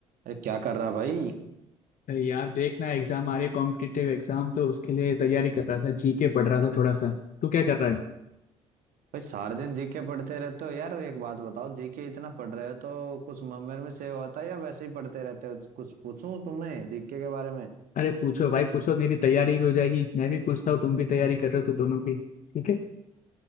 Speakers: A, on the right (about 65°); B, on the left (about 55°).
A: अरे क्या कर रहा भाई
B: अरे यार देखना एग्जाम आ रही है कॉम्पिटिटिव एग्जाम तो उसके लिए तैयारी कर रहा था जीके पढ़ रहा था थोड़ा सा तू क्या कर रहा है
A: भाई सारे दिन जीके पढ़ते रहते हो यार एक बात बताओ जीके इतना पढ़ रहे हो तो कुछ मम्मेर में सेव होता है या वैसे ही पढ़ते रहते हो कुछ पूछूं तुम्हें जीके के बारे में
B: अरे पूछो भाई पूछो मेरी तैयारी भी हो जाएगी मैं भी पूछता हूँ तुम भी तैयारी कर रहे हो तो दोनों की ठीक है